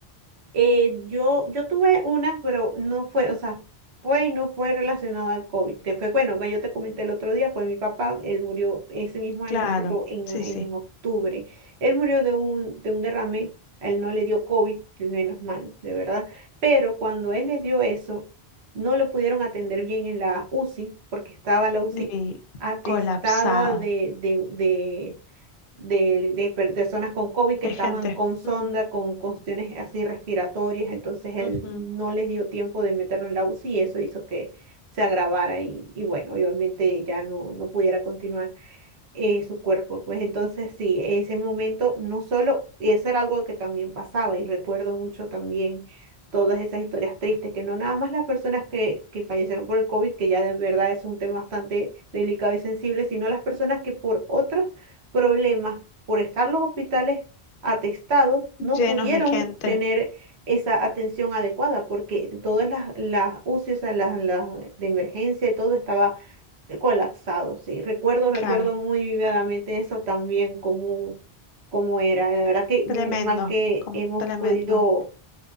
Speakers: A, on the right (about 80°); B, on the left (about 60°).
A: Eh, yo, yo tuve una, pero no fue, o sea, fue y no fue relacionada al COVID, que fue, bueno, que yo te comenté el otro día, fue mi papá, él murió ese mismo año,
B: Claro,
A: pero en,
B: sí,
A: en
B: sí.
A: octubre. Él murió de un, de un derrame, a él no le dio COVID, menos mal, de verdad, pero cuando él le dio eso, no lo pudieron atender bien en la UCI, porque estaba la UCI
B: Y
A: atestada
B: colapsado
A: de, de, de de, de per- personas con COVID
B: de
A: que estaban
B: gente.
A: con sonda,
B: Ujú,
A: con cuestiones así respiratorias, entonces él
B: ujú.
A: no les dio tiempo de meterlo en la UCI y eso hizo que se agravara y, y bueno, y obviamente ya no, no pudiera continuar eh, su cuerpo. Pues entonces sí, ese momento no solo, eso era algo que también pasaba y recuerdo mucho también todas esas historias tristes, que no nada más las personas que, que fallecieron por el COVID, que ya de verdad eso es un tema bastante delicado y sensible, sino las personas que por otros problemas, por estar los hospitales atestados, no
B: Llenos
A: pudieron
B: de gente.
A: tener esa atención adecuada, porque todas las, las UCI, o sea, las, las de emergencia y todo estaba colapsado, sí. Recuerdo, recuerdo
B: Claro,
A: muy vividamente eso también, cómo, cómo era. La verdad que
B: tremendo,
A: menos mal que
B: com-
A: hemos
B: tremendo.
A: podido